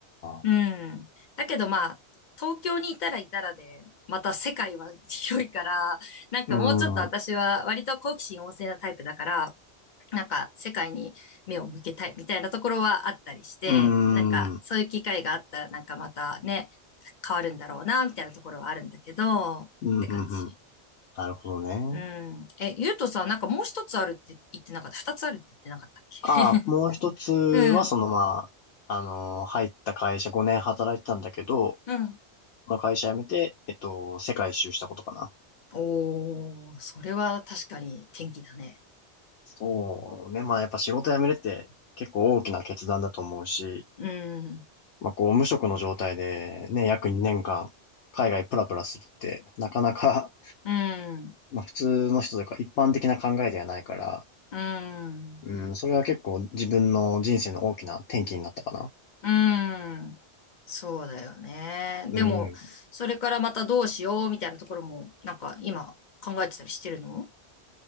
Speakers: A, on the left (about 50°); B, on the left (about 85°).
A: うん。
B: あ。
A: だけどまあ、東京にいたらいたらで、また世界は広いから、なんかもうちょっと私は割と好奇心旺盛なタイプだから、
B: うーん。う
A: なんか世界に目を向けたいみたいなところはあったりして、
B: ーん。
A: なんかそういう機会があったらなんかまたね、
B: うん。
A: 変わるんだろうな、みたいなところはあるんだけど、って感じ。
B: うん。うんなるほどね。
A: うん。え、ゆうとさ、なんかもう一つあるって言ってなかった二つあるって言ってなかったっけ
B: ああ、もう一つは、
A: <laughs> うん。
B: そのまあ、あのー入った会社5年働いてたんだけど、
A: うん。
B: この会社辞めて、えっと、世界一周したことかな。
A: おー、それは確かに天気だね。
B: そうね。まあやっぱ仕事辞めるって結構大きな決断だと思うし、
A: うん、
B: まあこう無職の状態でね、約2年間海外プラプラするってなかなか、
A: うん、
B: まあ普通の人というか一般的な考えではないから、
A: うん、
B: うん、それは結構自分の人生の大きな転機になったかな。
A: うん。そうだよね。
B: うん。
A: でも、それからまたどうしようみたいなところも、なんか今考えてたりしてるの